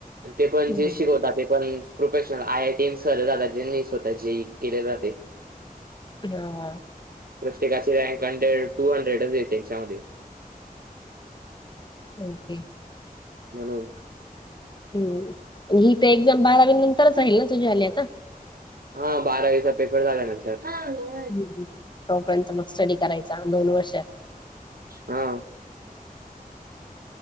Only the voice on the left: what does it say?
हम्म.
हा.
ओके.
हम्म ही तर एक्झाम बारावी नंतरच राहील ना तुझी आली आता?
हम्म् हम्म तोपर्यंत मग स्टडी करायचा दोन वर्ष